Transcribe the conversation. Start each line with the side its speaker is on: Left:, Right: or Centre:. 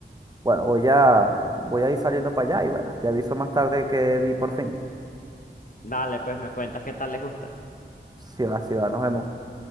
Right: Bueno, voy a, voy a ir saliendo para allá y bueno, te aviso más tarde que vi por fin.
Left: Dale, pues me cuentas qué tal les gusta.
Right: Si va, si va, nos vemos.